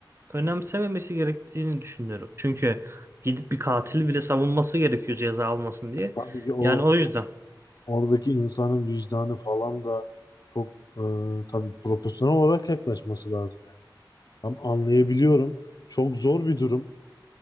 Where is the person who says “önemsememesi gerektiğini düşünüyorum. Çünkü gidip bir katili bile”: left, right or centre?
Right